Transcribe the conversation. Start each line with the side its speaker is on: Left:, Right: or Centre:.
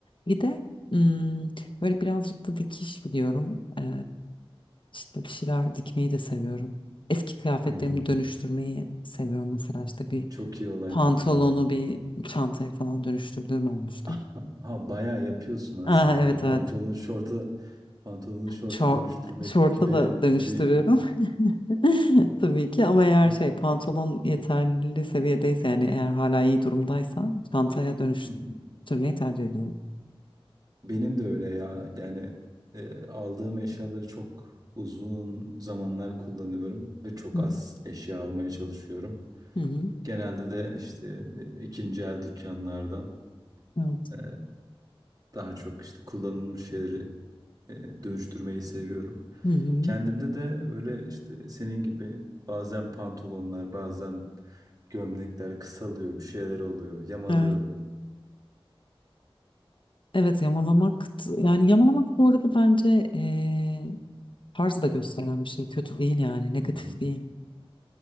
Left: Bir de hmm, böyle birazcık da dikiş biliyorum. Ee, işte bir şeyler dikmeyi de seviyorum. Eski kıyafetlerimi
Right: Hı hı.
Left: dönüştürmeyi seviyorum mesela işte bir
Right: Çok iyi olay,
Left: pantolonu
Right: çok iyi olay.
Left: bir çantaya falan dönüştürdüğüm olmuştu.
Right: Ha, ha, bayağı yapıyorsun
Left: Aa,
Right: aslında.
Left: evet
Right: Hani pantolonu
Left: evet.
Right: şorta pantolonu şorta
Left: Şort,
Right: dönüştürmek
Left: şorta
Right: gibi
Left: da dönüştürüyorum.
Right: değil.
Left: <laughs> Tabii ki ama eğer
Right: Hı
Left: şey pantolon yeterli seviyedeyse yani eğer hala iyi durumdaysa çantaya dönüştürmeyi
Right: hı.
Left: tercih ediyorum.
Right: Benim de öyle ya. Yani e, aldığım eşyaları çok uzun zamanlar kullanıyorum ve çok
Left: Hı hı.
Right: az eşya almaya çalışıyorum.
Left: Hı hı.
Right: Genelde de işte e, ikinci el dükkanlardan.
Left: Evet.
Right: Ee, Daha çok işte kullanılmış şeyleri e, dönüştürmeyi seviyorum.
Left: Hı hı.
Right: Kendimde de böyle işte senin gibi bazen pantolonlar, bazen gömlekler kısalıyor, bir şeyler oluyor, yamalıyorum.
Left: Evet. Evet yamalamak t- yani yamalamak bu arada bence eee tarz da gösteren bir şey. Kötü değil yani negatif
Right: Hı hı,
Left: değil.